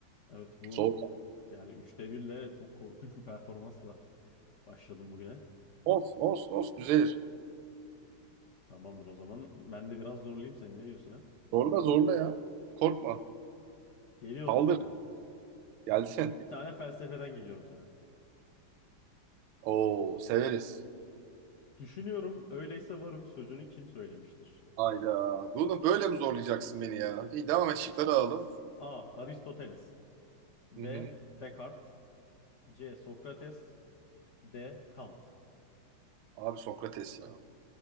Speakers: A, on the left (about 70°); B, on the right (about 80°).
A: Evet bu
B: Zor.
A: yani üçte birle çok korkunç bir performansla başladım bugüne.
B: Olsun olsun olsun düzelir.
A: Tamamdır o zaman. Ben de biraz zorlayayım seni. Ne diyorsun ha?
B: Zorla zorla ya. Korkma.
A: Geliyor o
B: Saldır.
A: zaman.
B: Gelsin.
A: Bir tane felsefeden geliyorum sana.
B: Oo severiz.
A: Düşünüyorum öyleyse varım sözünü kim söylemiştir?
B: Hayda. Bunu böyle mi zorlayacaksın beni ya? İyi devam et şıkları alalım.
A: A. Aristoteles B.
B: Hı hı.
A: Descartes C. Sokrates D. Kant
B: Abi Sokrates ya.